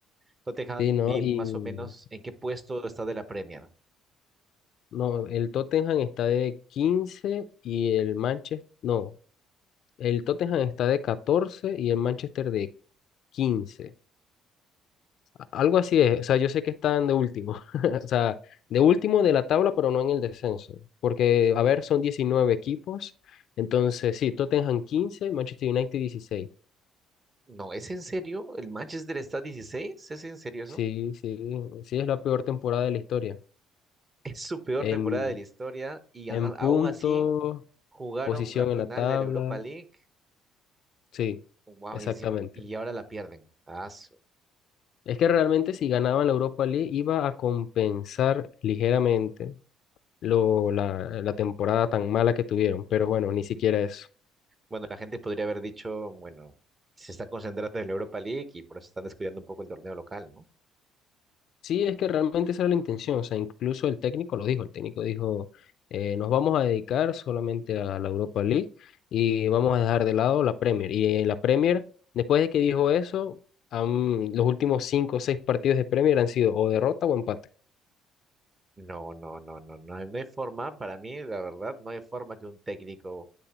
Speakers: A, on the right (about 30°); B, on the left (about 65°).
A: Tottenham,
B: sí, no,
A: vi
B: y
A: más o menos en qué puesto está de la Premier.
B: no, el Tottenham está de 15 y el Manchester, no, el Tottenham está de 14 y el Manchester de quince A- Algo así es, o sea, yo sé que están de último, <laughs> o sea, de último de la tabla, pero no en el descenso, porque, a ver, son 19 equipos, entonces sí, Tottenham 15 Manchester United 16.
A: No, ¿es en serio? ¿El Manchester está 16? ¿Es en serio eso?
B: Sí,
A: <laughs>
B: sí, sí es la peor temporada de la historia.
A: Es su peor
B: En,
A: temporada de la historia y
B: en
A: aún
B: puntos,
A: aún así jugaron
B: posición
A: la final
B: en la tabla,
A: de la Europa League.
B: sí,
A: Wow,
B: exactamente.
A: y encima, y ahora la pierden. Ah, su-
B: Es que realmente si ganaban la Europa League iba a compensar ligeramente lo, la, la temporada tan mala que tuvieron, pero bueno, ni siquiera eso.
A: bueno, la gente podría haber dicho, bueno, se está concentrando en la Europa League y por eso están descuidando un poco el torneo local, ¿no?
B: Sí, es que realmente esa era la intención, o sea, incluso el técnico lo dijo, el técnico dijo, eh, nos vamos a dedicar solamente a la Europa League y vamos a dejar de lado la Premier. Y en la Premier, después de que dijo eso, han- los últimos cinco o seis partidos de Premier han sido o derrota o empate.
A: No, no, no, no, no, hay- no hay forma, para mí, la verdad, no hay forma que un técnico